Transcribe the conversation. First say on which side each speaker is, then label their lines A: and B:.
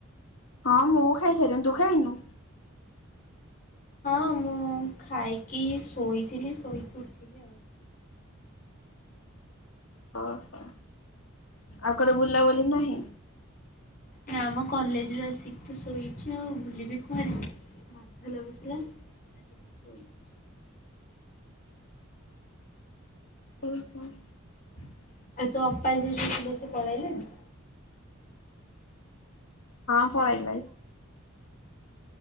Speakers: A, on the left (about 85°); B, on the left (about 40°).
A: ହଁ ମୁଁ ଖାଇସାରିଲିିଣି ତୁ ଖାଇନୁ?
B: ହଁ ମୁଁ ଖାଇକି ଶୋଇଥିଲି ଶୋଇକି ଉଠିଲି ଆଉ।
A: ଅହୋ ଆଉ କଣ ବୁଲାବୁଲି ନାହିଁ?
B: ନାମ କଲେଜରୁ ଆସିକି ଶୋଇଛି ଆଉ ବୁଲିିବି କୁଆଡ଼େ? ବାଧା ଲାଗୁଥିଲା ଆସିକି ଶୋଇଛି।
A: <unintelligible>
B: ଆଉ ତୋ ଅପା ଯିଏ ଥିଲେ ସିଏ ପଳେଇଲେଣି?
A: ହଁ ପଳେଇ ଲାଇ।